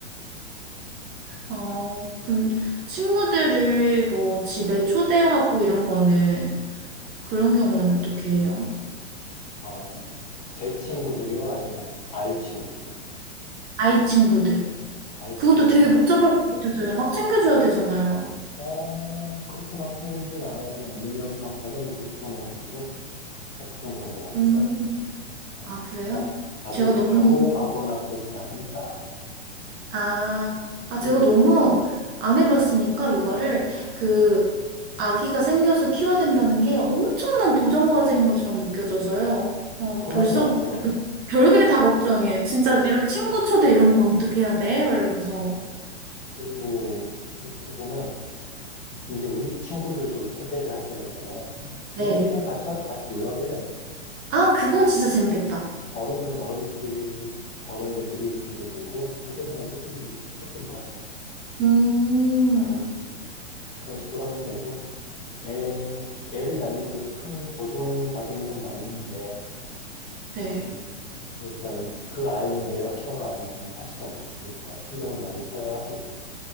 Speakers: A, on the right; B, on the left.
A: 어, 그럼 친구들을 뭐 집에 초대하고 이런 거는 그런 경우에는 어떻게 해요?
B: 어, 제 친구들이요? 아니면 아이 친구들이요?
A: 아이 친구들.
B: 아이
A: 그것도
B: 친구들?
A: 되게 복잡할 것 같아서요. 막 챙겨줘야 되잖아요.
B: 어, 그렇게 막 챙겨주진 않아요. 그냥 음료수랑 과자 몇 개 집어넣어주고 딱 그 정도인 것 같은데.
A: 음,
B: 어,
A: 아, 그래요?
B: 막 아직
A: 제가 너무,
B: 자고 가거나 그러진 않으니까
A: 아, 아,
B: 친구가
A: 제가 너무 안 해봤으니까, 육아를.
B: 음,
A: 그,
B: 음.
A: 아기가 생겨서 키워야 된다는 게 엄청난 도전 과제인 것처럼 느껴져서요. 어,
B: 그
A: 벌써
B: 말은 맞죠.
A: 별- 별게
B: 음.
A: 다 걱정이에요. 진짜 이런 친구
B: 음.
A: 초대 이런 건 어떻게 해야 돼? 막 이러면서.
B: 그리고 이렇게 보면 이제 우리 친구들도 초대를 할 때가 있잖아요. 그럼
A: 네.
B: 애들이랑 같이 와서 같이 놀라고 해요.
A: 아, 그건 진짜 재밌겠다.
B: 어, 어른들은 어른들끼리 어른들끼리 이제 놀고 애들은 애들끼리 놀고 그렇게 놀아요.
A: 음,
B: 어, 그런 식으로 하면 되고 애 애를 낳는 게 큰 도전 과제인 건 맞는데
A: 네.
B: 음, 일단 그 아이는 내가 케어를 안 해주면 살 수가 없으니까 신경을 많이 써야 하고.